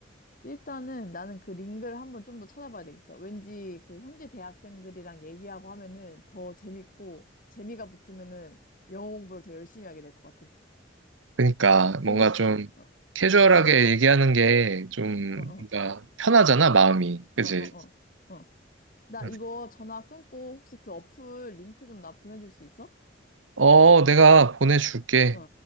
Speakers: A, on the left; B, on the right.
A: 일단은 나는 그 링크를 한번 좀 더 찾아봐야 되겠어. 왠지 그 현지 대학생들이랑 얘기하고 하면은 더 재밌고, 재미가 붙으면은 영어 공부를 더 열심히 하게 될 것 같아.
B: 그니까
A: 그,
B: 뭔가 좀
A: 어,
B: 캐주얼하게
A: 어, 어,
B: 얘기하는 게 좀
A: 어,
B: 뭔가 편하잖아, 마음이. 그지?
A: 어, 어, 어, 어. 어. 나
B: 응.
A: 이거 전화 끊고 혹시 그 어플 링크 좀 나 보내줄 수 있어?
B: 어, 내가 보내줄게.
A: 어,